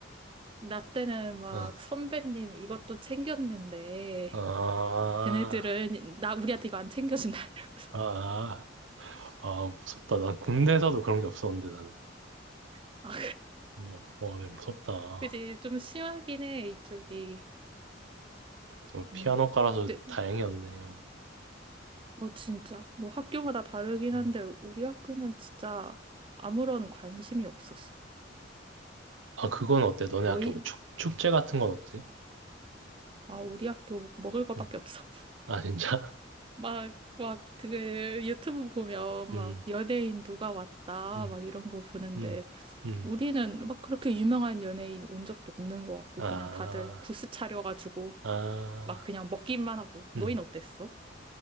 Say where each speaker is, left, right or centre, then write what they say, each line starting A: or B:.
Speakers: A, on the right; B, on the right.
A: 나 때는 막
B: 어,
A: 선배님 이것도 챙겼는데
B: 어. 아,
A: 쟤네들은 나 우리한테 이거 안 챙겨준다 이러면서
B: 아, 아, 무섭다. 난 군대에서도 그런 게 없었는데, 나는.
A: <laughs> 아
B: 어, 어, 예, 무섭다. 어,
A: 그지 좀 심하긴 해 이쪽이
B: 그래도
A: 음.
B: 피아노과라서
A: 네,
B: 다행이었네요.
A: 어 진짜 뭐 학교마다 다르긴
B: 음.
A: 한데 우리 학교는 진짜 아무런 관심이 없었어
B: 아, 그건 어때? 너네
A: 너희
B: 학교 뭐 축, 축제 같은 건 어때?
A: 아 우리 학교 먹을 거밖에
B: 응.
A: 없어 <laughs>
B: 아, 진짜?
A: 막 막 그 유튜브 보면
B: <laughs> 음,
A: 막 연예인 누가 왔다
B: 음,
A: 막 이런 거 보는데
B: 음, 음.
A: 우리는 막 그렇게 유명한 연예인 온 적도 없는 것 같고,
B: 아,
A: 그냥 다들 부스 차려가지고,
B: 아,
A: 막 그냥 먹기만 하고. 너흰
B: 음.
A: 어땠어?